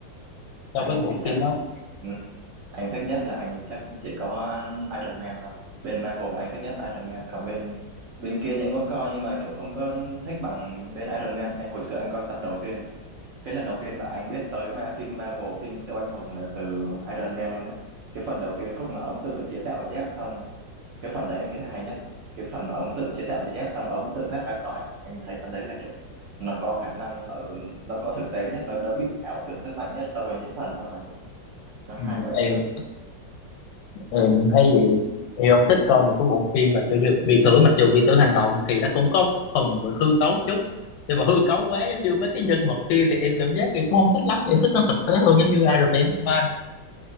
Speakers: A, on the left; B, on the right.
A: so
B: anh
A: với bộ
B: thì chắc
A: phim đó
B: ừ, anh thích nhất là anh chắc chỉ có Iron Man thôi bên Marvel là anh thích nhất Iron Man còn bên bên kia thì anh có coi nhưng mà kiểu không có thích bằng bên Iron Man anh hồi xưa anh coi tập đầu tiên cái lần đầu tiên mà anh biết tới mà phim Marvel phim siêu anh hùng là từ Iron Man luôn đấy cái phần đầu tiên khúc mà ống tự chế tạo dép xong cái phần đấy anh thấy là hay nhất cái phần mà ông tự chế tạo dép xong ông tự thoát ra khỏi anh thấy phần đấy là kiểu nó có khả năng ở nó có thực tế nhất nó đỡ bị ảo tưởng sức mạnh nhất so với những phần sau này nó
A: ừ,
B: hay vậy
A: em,
B: chứ
A: em thấy vậy thì ông thích coi một cái bộ phim là kiểu như viễn tưởng mặc dù viễn tưởng hành động thì nó cũng có phần về hư cấu chút nhưng mà hư cấu quá giống như mấy cái nhân vật kia thì em cảm giác em cũng không thích lắm em thích nó thực tế hơn giống như Iron Man Man.